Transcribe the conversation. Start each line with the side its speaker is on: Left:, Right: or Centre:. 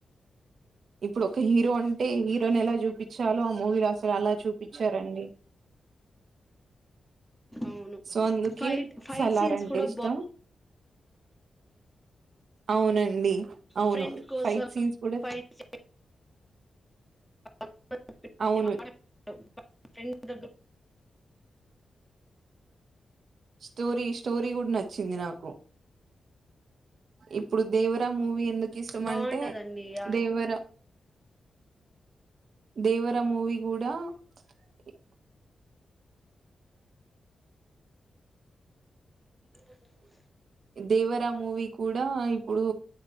Right: ఇప్పుడు ఒక హీరో అంటే హీరోయిన్ ఎలా చూ పచ్చాలో ఆ మూవీలు అసలు అలా చూపించారండి
Centre: అవును
Right: సో అందుకే
Centre: ఫైట్ ఫైట్
Right: సలార్
Centre: సీన్స్
Right: అంటే
Centre: కూడా
Right: ఇష్టం
Centre: బా
Right: అవునండి అవును
Centre: ఫ్రెండ్ కోసం
Right: ఫైట్ సీన్స్ కూడా
Centre: ఫైట్ంటంది <inaudible>
Right: అవును స్టోరి స్టోరీ గూడా నచ్చింది నాకు ఇప్పుడు దేవర మూవీ ఎందుకు ఇష్టం
Centre: బాగుంటదండి
Right: అంటే
Centre: ఆ
Right: దేవర దేవర మూవి గూడా ఇ
Centre: <inaudible>
Right: దేవర మూవీ కూడా ఎప్పు